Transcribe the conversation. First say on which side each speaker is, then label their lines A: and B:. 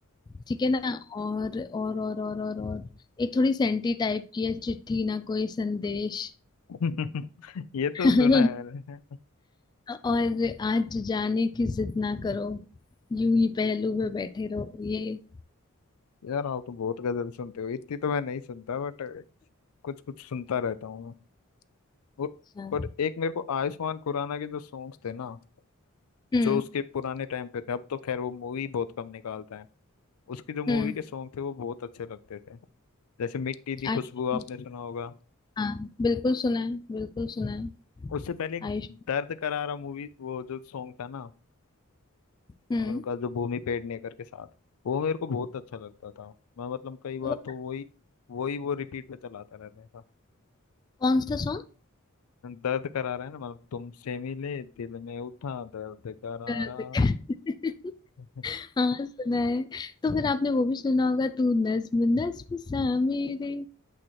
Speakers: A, on the left (about 20°); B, on the left (about 80°).
A: ठीक है ना और और और और और और एक थोड़ी सेंटी टाइप की है चिट्ठी ना कोई संदेश
B: <laughs> ये तो
A: <laughs>
B: सुना है मैंने
A: और आज जाने की जिद ना करो यूं ही पहलू में बैठे रहो ये
B: यार आप तो बहुत गजल सुनते हो इतनी तो मैं नहीं सुनता बट कुछ कुछ सुनता रहता हूँ मैं और,
A: अच्छा।
B: और एक मेरे को आयुष्मान खुराना के जो सॉन्ग्स थे ना
A: हम्म
B: जो उसके पुराने टाइम पे थे अब तो खैर वो मूवी बहुत कम निकालता है उसकी जो मूवी
A: हम्म
B: के सॉन्ग थे वो बहुत अच्छे लगते थे जैसे मिट्टी दी
A: आयुष
B: खुशबू आपने सुना होगा
A: हाँ बिल्कुल सुना है बिल्कुल सुना है
B: उससे पहले एक
A: आयुष
B: दर्द करारा मूवी वो जो सॉन्ग था ना
A: हम्म
B: उनका जो भूमि पेडनेकर के साथ वो मेरे को बहुत अच्छा लगता था मैं मतलब कई बार
A: तो
B: तो वही वही वो रिपीट पे चलाता रहता था
A: कौन सा सॉन्ग
B: दर्द करारा है ना मतलब तुमसे मिले दिल में उठा दर्द करारा
A: <laughs>
B: <laughs>
A: हाँ सुना है तो फिर आपने वो भी सुना होगा तू नज्म नज्म सा मेरे